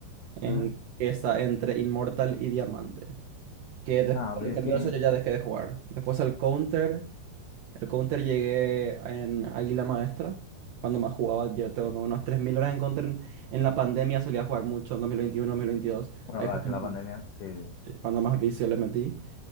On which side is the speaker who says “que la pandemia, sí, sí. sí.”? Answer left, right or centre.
Left